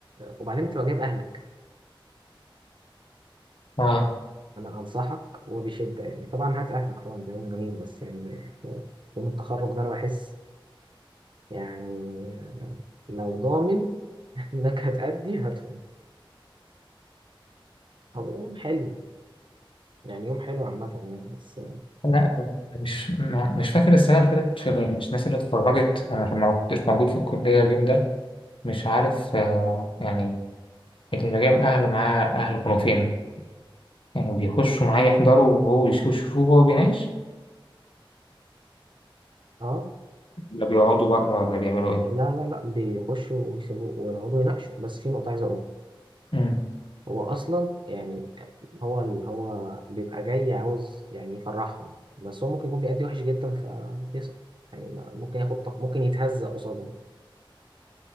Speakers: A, on the right; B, on the left.
A: وبعدين تبقى جايب اهلك
B: اه
A: يعني انا انصحك وبشده يعني طبعا هات اهلك طبعا ده يوم جميل بس يعني يوم التخرج ده انا بحس يعني لو ضامن انك هتأدي هاتهم طب يوم حلو يعني يوم حلو عامة يعني بس
B: لا مش ما- مش فاكر السنة اللي فاتت في مش الناس اللي اتخرجت أنا لما ما كنتش موجود في الكلية اليوم ده مش عارف آه يعني لكن لو جاب أهله معاه أهله كانوا فين؟ يعني بيخشوا معاه يحضروا وهو بيشوف- يشوفوه وهو بيناقش
A: اه
B: ولا بيقعدوا بره ولا بيعملوا إيه؟
A: لا لا لا بيخشوا ويسيبوا ويقعدوا يناقشوا بس في نقطة عايز اقولها
B: أمم.
A: هو اصلا يعني هو ال- هو بيبقى جاي عاوز يعني يفرحهم بس هو ممكن يكون بيأدي وحش جدا فبيسقط يعني ما- ممكن ياخد طق- ممكن يتهزق قصادهم